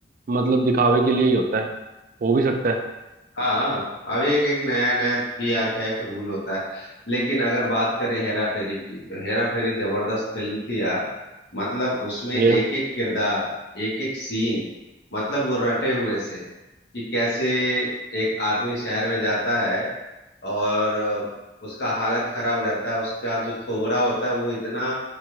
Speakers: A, on the right; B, on the left.
A: मतलब दिखावे के लिए ही होता है हो भी सकता है
B: हाँ अब एक एक नया नया पीआर का एक रूल होता है लेकिन अगर बात करें हेरा फेरी की तो हेरा फेरी जबरदस्त फिल्म थी यार मतलब उसमें
A: ये
B: एक एक किरदार एक एक सीन मतलब वो रटे हुए से कि कैसे एक आदमी शहर में जाता है और अ, उसका हालत खराब रहता है उसका जो थोबरा होता है वो इतना